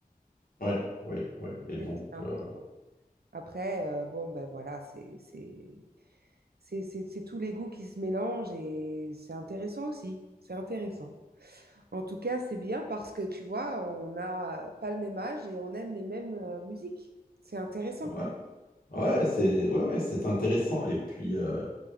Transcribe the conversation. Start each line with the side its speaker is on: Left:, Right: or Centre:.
Left: Ouais, ouais, ouais. Et
Right: C'est
Left: donc,
Right: c'est important.
Left: euh,
Right: Après, euh, bon, ben voilà, c'est c'est- c'est c'est- c'est tous les goûts qui se mélangent et c'est intéressant aussi. C'est intéressant. En tout cas, c'est bien parce que tu vois, on n'a pas le même âge et on aime les mêmes euh, musiques. C'est intéressant.
Left: ouais, ouais, c'est, ouais, ouais, c'est intéressant. Et puis, euh,